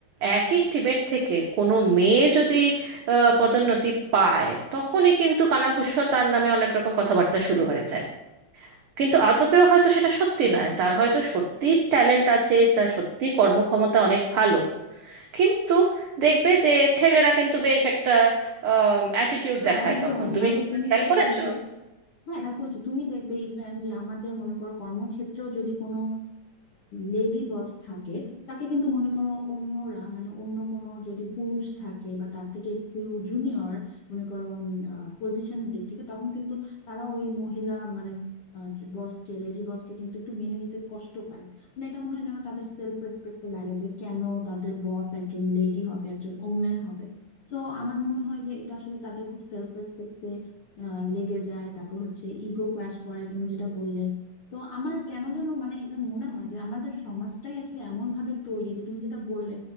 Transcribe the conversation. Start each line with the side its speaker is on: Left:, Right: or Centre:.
Right: একই টিমের থেকে কোনো মেয়ে যদি আহ, পদোন্নতি পায় তখনই কিন্তু কানাঘুষো তার নামে অনেক রকম কথাবার্তা শুরু হয়ে যায় কিন্তু আদপেও হয়তো সেটা সত্যি নয় তার হয়তো সত্যি ট্যালেন্ট আছে তার সত্যি কর্মক্ষমতা অনেক ভালো কিন্তু দেখবে যে ছেলেরা কিন্তু বেশ একটা অ্যাটিটিউড
Left: হ্যাঁ
Right: দেখায়
Left: একদম
Right: তখন তুমি
Left: মানে
Right: কি এটা
Left: তুমি
Right: খেয়াল
Left: যেটা
Right: করেছো
Left: দেখবে হ্যাঁ এটা করেছি তুমি দেখবে ইভেন যে আমাদের মনে করো কর্মক্ষেত্রেও যদি কোনো লেডি বস থাকে তাকে কিন্তু মনে করো অন্যরা মানে অন্য কোনো যদি পুরুষ থাকে বা তার থেকে একটু জুনিয়র মনে করো পজিশনের দিক থেকে তখন কিন্তু তারা ওই মহিলা মানে বসকে লেডি বসকে কিন্তু একটু মেনে নিতে কষ্ট পায় মানে এটা মনে হয় যেন তাদের সেলফ রেসপেক্টে লাগে যে কেন তাদের বস একজন লেডি হবে একজন ওমেন হবে সো আমার মনে হয় যে এটা আসলে তাদের খুব সেলফ রেসপেক্টে আহ, লেগে যায় তারপর হচ্ছে ইগো ক্লাশ করে তুমি যেটা বললে তো আমার কেন যেন মানে এটা মনে হয় যে আমাদের সমাজটাই আসলে এমন ভাবে তৈরি যে তুমি যেটা বললে